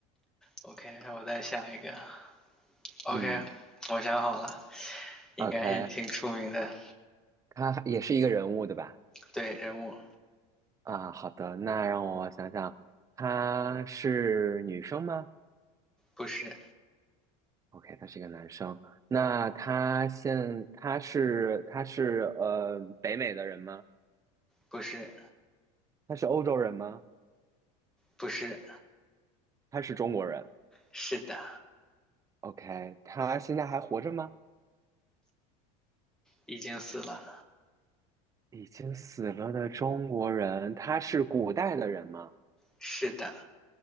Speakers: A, in the centre; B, on the right.
A: OK，我再想一个。OK，
B: 嗯
A: 我想好了，应该是挺出名的。
B: ，OK，他也是一个人物对吧？
A: 对，人物
B: 啊，好的，那让我想想，他是女生吗
A: 不是
B: ？OK，他是一个男生。那他现他是他是呃北美的人吗？
A: 不是
B: 他是欧洲人吗？
A: 不是，
B: 他是中国人
A: 是的，
B: ？OK，他现在还活着吗？
A: 已经死了。
B: 已经死了的中国人，他是古代的人吗？
A: 是的，